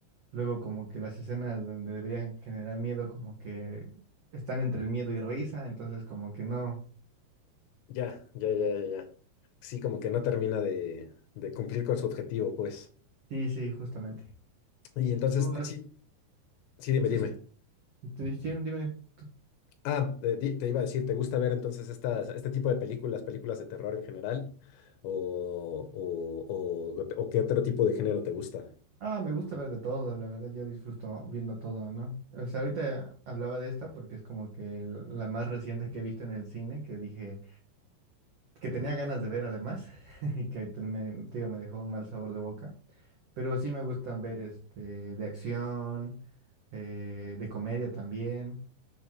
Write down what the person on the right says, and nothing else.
luego como que las escenas donde deberían generar miedo como que están entre el miedo y risa, entonces como que no.
Sí, sí, justamente.
Tú
has...
Sí,
sí. Tú- sí, dime, dime tú.
Ah, me gusta ver de todo, la verdad yo disfruto viendo todo, ¿no? O sea, ahorita hablaba de esta porque es como que la más reciente que he visto en el cine, que dije... que tenía ganas de ver además, <laughs> y que te- me, te digo, me dejó un mal sabor de boca. Pero sí me gustan ver este, de acción, eh, de comedia también.